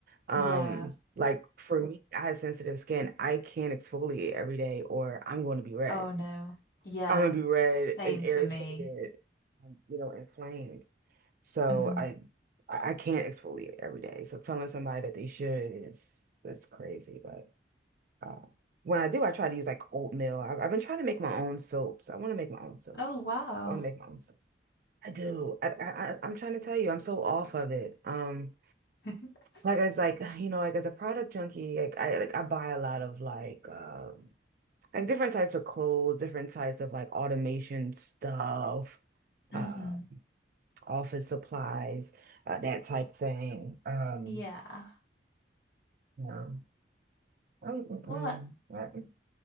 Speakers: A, on the right (about 50°); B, on the left (about 65°).
A: Um,
B: Yeah.
A: like for me, I have sensitive skin. I can't exfoliate every day or I'm going to be red.
B: Oh no. Yeah.
A: I'm going to be red
B: Same
A: and irritated,
B: for me.
A: and, you know, inflamed. So
B: Mm-hmm.
A: I I I can't exfoliate every day. So telling somebody that they should is that's crazy. But uh, when I do, I try to use like oatmeal. I've, I've been trying to make my own soaps. I want to make my own soaps.
B: Oh wow.
A: I want to make my own soap. I do. I, I I- I'm trying to tell you, I'm so off of it. Um,
B: <laughs>
A: like as like, <sighs> you know, like as a product junkie, like I like I buy a lot of like um like different types of clothes, different types of like automation stuff,
B: Mm-hmm.
A: um, office supplies, uh, that type thing. Um,
B: Yeah.
A: you know. Um, mm,
B: What?
A: mm,